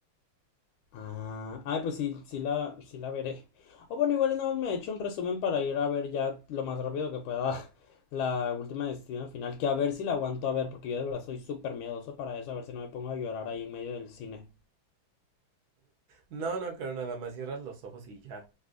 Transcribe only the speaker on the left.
Ah, ay, pues sí, sí la, sí la veré. O bueno, igual y me he hecho un resumen para ir a ver ya lo más rápido que pueda <laughs> la última destino final, que a ver si la aguanto a ver, porque yo de verdad soy súper miedoso para eso, a ver si no me pongo a llorar ahí en medio del cine.